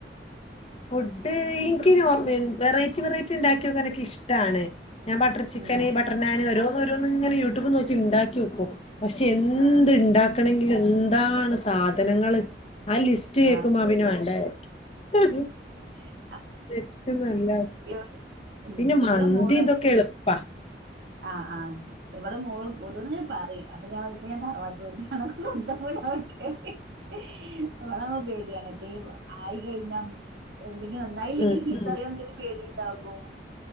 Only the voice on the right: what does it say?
ഉം
ആഹ്
വാണ്ടല്ലേ
ആഹ്
ഇവ ഉം
ഇവിടെ മോള്
ആഹ് ആഹ് ഇവിടെ മോൾ ഓരോന്നിങ്ങനെ പറയും അപ്പൊ ഞാൻ തറവാട്ടുലോട്ട് നടക്കും <unintelligible> എ <unintelligible> ഇവടെ അവുബോം പേടിയാണ് എത്തോലും ആയി കഴിഞ്ഞൽ എന്തെങ്കിലും നന്നായില്ലെങ്കിൽ
ചീത്ത
പറിയൊന്നുള്ളൊരു പേടി ഇണ്ടാകും